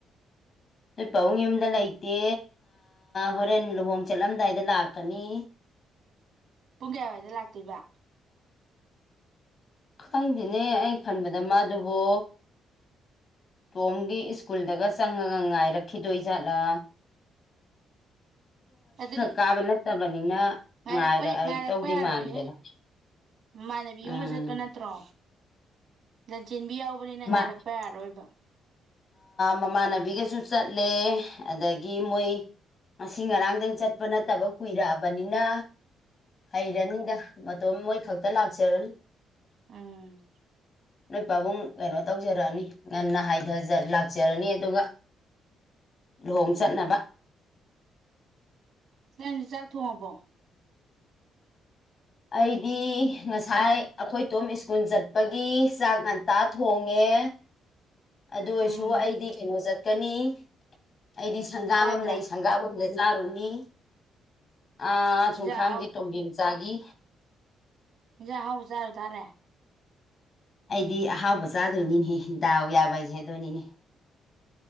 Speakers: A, on the left; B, on the right.
A: ꯅꯣꯏ ꯄꯕꯨꯡ ꯌꯨꯝꯗ ꯂꯩꯇꯦ ꯍꯣꯔꯦꯟ ꯂꯨꯍꯣꯡ ꯆꯠꯂꯝꯗꯥꯏꯗ ꯂꯥꯛꯀꯅꯤ
B: ꯄꯨꯡ ꯀꯌꯥꯋꯥꯏꯗ ꯂꯥꯛꯇꯣꯏꯕ
A: ꯈꯪꯗꯦꯅꯦ ꯑꯩ ꯈꯟꯕꯗ ꯃꯥꯗꯨꯕꯨ ꯇꯣꯝꯒꯤ ꯁ꯭ꯀꯨꯜꯗꯒ ꯆꯪꯉꯒ ꯉꯥꯏꯔꯛꯈꯤꯗꯣꯏꯖꯥꯠꯂꯥ
B: ꯑꯗꯨꯗꯤ
A: ꯀꯥꯕ ꯅꯠꯇꯕꯅꯤꯅ
B: ꯉꯥꯏꯔꯛꯄ
A: ꯉꯥꯏꯔꯛꯇꯧꯗꯤ
B: ꯉꯥꯏꯔꯛꯄ ꯌꯥꯔꯣꯏꯌꯦ
A: ꯃꯥꯟꯗ꯭ꯔꯦꯗ
B: ꯃꯃꯥꯟꯅꯕꯤ ꯌꯨꯝꯕ
A: ꯎꯝ
B: ꯆꯠꯄ ꯅꯠꯇ꯭ꯔꯣ ꯂꯟꯆꯦꯟꯕꯤ ꯌꯥꯎꯕꯅꯤꯅ ꯉꯥꯏꯔꯛꯄ
A: ꯃꯥ
B: ꯌꯥꯔꯣꯏꯕ
A: ꯃꯃꯥꯟꯅꯕꯤꯒꯁꯨ ꯆꯠꯂꯦ ꯑꯗꯒꯤ ꯃꯣꯏ ꯉꯁꯤ ꯉꯔꯥꯡꯗꯪ ꯆꯠꯄ ꯅꯠꯇꯕ ꯀꯨꯏꯔꯛꯑꯕꯅꯤꯅ ꯍꯩꯔꯅꯤꯗ ꯃꯇꯣꯝ ꯃꯣꯏ ꯈꯛꯇ ꯂꯥꯛꯆꯔꯅꯤ
B: ꯎꯝ
A: ꯅꯣꯏ ꯄꯥꯕꯨꯡ ꯀꯩꯅꯣ ꯇꯧꯖꯔꯛꯑꯅꯤ ꯉꯟꯅ ꯍꯥꯏ ꯂꯥꯛꯆꯔꯅꯤ ꯑꯗꯨꯒ ꯂꯨꯍꯣꯡ ꯆꯠꯅꯕ
B: ꯅ ꯆꯥꯛ ꯊꯣꯡꯉꯕꯣ
A: ꯑꯩꯗꯤ ꯉꯁꯥꯏ ꯑꯩꯈꯣꯏꯇꯣꯝ ꯁ꯭ꯀꯨꯜ ꯆꯠꯄꯒꯤ ꯆꯥꯛ ꯉꯟꯇꯥ ꯊꯣꯡꯉꯦ ꯑꯗꯨ ꯑꯣꯏꯔꯁꯨ
B: ꯎꯝ
A: ꯑꯩꯗꯤ ꯀꯩꯅꯣ ꯆꯠ ꯀꯅꯤ ꯑꯩꯗꯤ ꯁꯪꯒꯥꯕꯝꯪ
B: ꯀꯗꯥꯏꯗ
A: ꯂꯩ ꯁꯪꯒꯥꯕꯝꯗ ꯂꯔꯨꯃꯤ ꯑꯥ ꯆꯨ
B: ꯏꯟꯖꯥꯡ
A: ꯈꯥꯡꯒꯤ
B: ꯑꯍꯥꯎ
A: ꯇ ꯒꯤ
B: ꯍꯤꯟꯖꯥꯡ ꯑꯍꯥꯎꯕ ꯍꯧ ꯆꯥꯔꯨ ꯇꯥꯔꯦ
A: ꯑꯩꯗꯤ ꯑꯍꯥꯎꯕ ꯆꯥꯗꯣꯏꯅꯤꯅꯦ ꯗꯥꯎ ꯌꯥꯕ ꯍꯥꯏꯁꯦ ꯑꯗꯨꯅꯤꯅꯦ